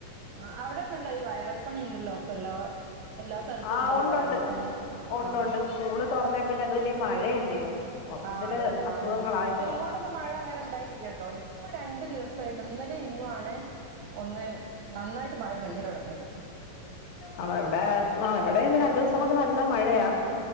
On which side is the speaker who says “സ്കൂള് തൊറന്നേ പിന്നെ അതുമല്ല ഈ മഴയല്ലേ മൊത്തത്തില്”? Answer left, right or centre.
Left